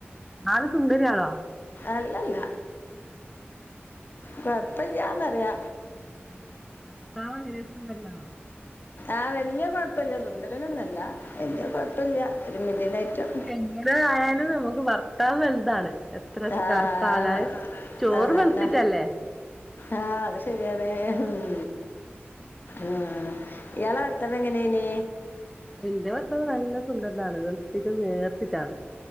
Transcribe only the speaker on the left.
അല്ലല്ല കുഴപ്പല്ലാന്നറിയ
ആഹ് വല്യ കുഴപ്പില്ല സുന്ദരൻ ഒന്ന് അല്ലാ വല്യ കൊഴപ്പല്ല ഒരുമിടിലയിറ്റം
ആഹ്
അതന്നാ
ആഹ് അത് ശരിയാണ് ഉം ആഹ് ഇയാളെ ഭർത്താവ്‌ എങ്ങനെയാണ്